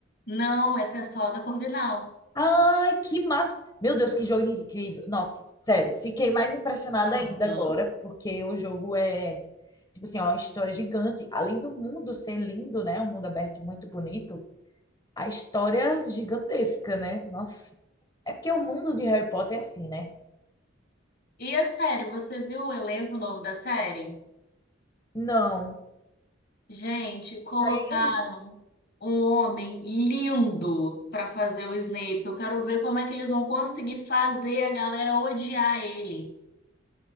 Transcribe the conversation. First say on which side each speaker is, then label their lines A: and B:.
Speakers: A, on the left (about 50°); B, on the left (about 20°).
A: Não, essa é só da Corvinal.
B: Ai, que massa! Meu Deus, que jogo incrível. Nossa, sério, fiquei mais impressionada
A: Aham.
B: ainda agora, porque o jogo é, tipo assim, ó, uma história gigante. Além do mundo ser lindo, né? Um mundo aberto muito bonito, a história é gigantesca, né? Nossa. É porque o mundo de Harry Potter é assim, né?
A: E a série, você viu o elenco novo da série?
B: Não,
A: Gente, colocaram
B: Saiu?
A: um homem lindo pra fazer o Snape. Eu quero ver como é que eles vão conseguir fazer a galera odiar ele.